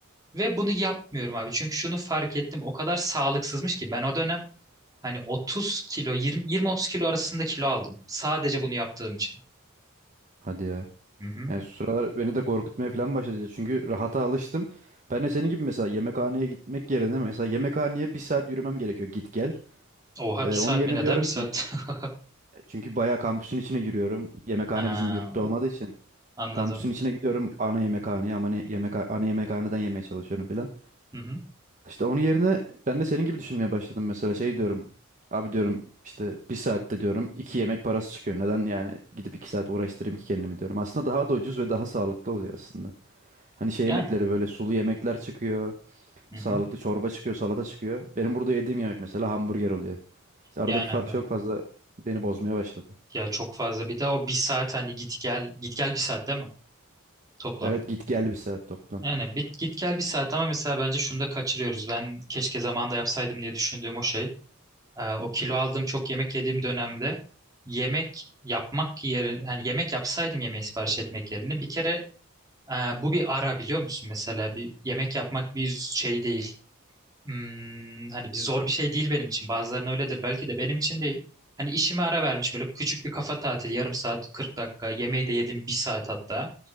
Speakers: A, on the right (about 15°); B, on the right (about 35°).
A: Ve bunu yapmıyorum abi. Çünkü şunu fark ettim. O kadar sağlıksızmış ki ben o dönem hani 30 kilo, 20, 20-30 kilo arasında kilo aldım. Sadece bunu yaptığım için.
B: Hadi ya.
A: Hı hı.
B: Yani şu sıralar beni de korkutmaya falan başladı. Çünkü rahata alıştım. Ben de senin gibi mesela yemekhaneye gitmek yerine mesela yemekhaneye bir saat yürümem gerekiyor git gel.
A: Oha
B: Ee,
A: bir saat
B: onun yerine
A: mi? Neden
B: diyorum
A: bir saat?
B: ki
A: <laughs>
B: Çünkü bayağı kampüsün içine giriyorum. Yemekhane
A: Ha,
B: bizim yurtta olmadığı için.
A: anladım.
B: Kampüsün içine gidiyorum ana yemekhaneye ama ne- yemek ana yemekhaneden yemeye çalışıyorum filan.
A: Hı hı.
B: İşte onun yerine ben de senin gibi düşünmeye başladım mesela şey diyorum. Abi diyorum işte bir saatte diyorum iki yemek parası çıkıyor. Neden yani gidip iki saat uğraştırayım ki kendimi diyorum. Aslında daha da ucuz ve daha sağlıklı oluyor aslında. Hani şey
A: Yani.
B: yemekleri böyle sulu yemekler çıkıyor.
A: Hı
B: Sağlıklı
A: hı.
B: çorba çıkıyor, salata çıkıyor. Benim burada yediğim yemek mesela hamburger oluyor. İşte aradaki
A: Yani
B: fark
A: abi.
B: çok fazla beni bozmaya başladı.
A: Ya çok fazla. Bir de o bir saat hani git gel git gel bir saat değil mi? Toplam.
B: Evet git gel bir saat toplam.
A: Yani bit, git gel bir saat ama mesela bence şunu da kaçırıyoruz. Ben keşke zamanında yapsaydım diye düşündüğüm o şey. Ee, o kilo aldığım çok yemek yediğim dönemde yemek yapmak yerine hani yemek yapsaydım yemeği sipariş etmek yerine bir kere e, bu bir ara biliyor musun mesela bir yemek yapmak bir şey değil. Hmm, hani bir zor bir şey değil benim için. Bazılarının öyledir belki de benim için değil. Hani işime ara vermiş böyle küçük bir kafa tatili yarım saat 40 dakika yemeği de yedim bir saat hatta.